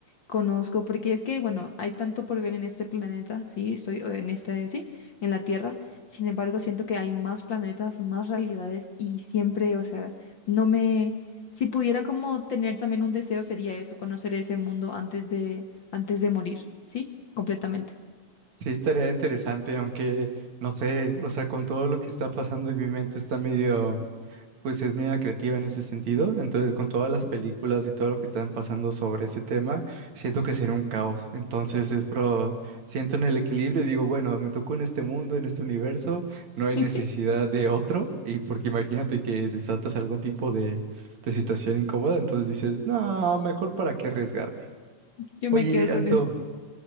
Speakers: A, on the left (about 45°); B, on the right (about 70°).
A: Conozco, porque es que, bueno, hay tanto por ver en este planeta, sí, estoy o en este, sí, en la Tierra. Sin embargo, siento que hay más planetas, más realidades y siempre, o sea, no me, si pudiera como tener también un deseo sería eso, conocer ese mundo antes de, antes de morir, sí, completamente.
B: Sí, estaría interesante, aunque no sé, o sea, con todo lo que está pasando en mi mente está medio, pues es medio creativa en ese sentido. Entonces, con todas las películas y todo lo que están pasando sobre ese tema, siento que sería un caos. Entonces, es pro, siento en el equilibrio y digo, bueno, me tocó en este mundo, en este universo, no hay
A: <laughs>
B: necesidad de otro. Y porque imagínate que desatas algún tipo de, de situación incómoda, entonces dices, no, mejor para qué arriesgarme.
A: Yo
B: Oye,
A: me quedo con
B: Anto.
A: este.